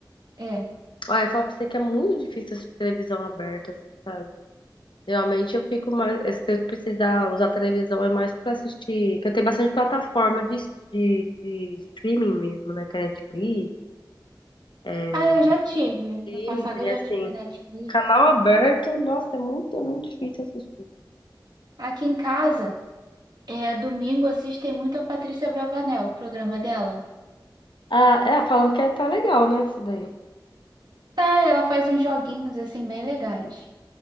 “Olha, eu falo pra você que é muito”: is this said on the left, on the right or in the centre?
Left